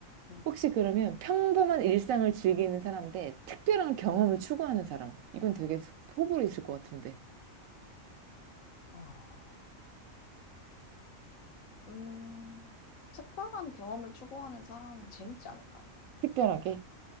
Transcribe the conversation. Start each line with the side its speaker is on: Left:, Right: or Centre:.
Left: 네.
Right: 혹시 그러면 평범한 일상을 즐기는 사람 대 특별한 경험을 추구하는 사람. 이건 되게 호불호 있을 것 같은데.
Left: 아, 음, 특별한 경험을 추구하는 사람이 재밌지 않을까요?
Right: 특별하게?